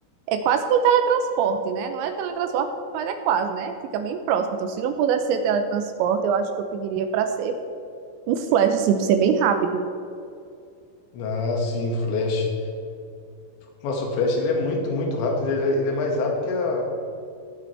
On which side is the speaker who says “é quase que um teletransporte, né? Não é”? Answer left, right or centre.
Right